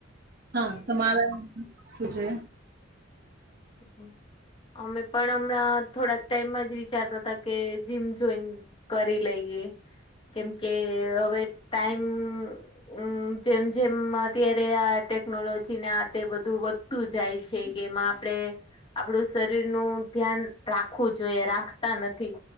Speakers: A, on the right; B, on the left.
A: હા તમારા શું છે
B: સ પણ અમે પણ હમણાં થોડાક ટાઈમમાં જ વિચારતા હતા કે જીમ જોઈન કરી લઈએ કેમ કે હવે ટાઈમ હમ્મ જેમ જેમ અત્યારે આ ટેકનોલોજીને આ તે બધું વધતું જાય છે કેમ આપણે આપડું શરીર નું ધ્યાન રાખવું જોઈએ રાખતા નથી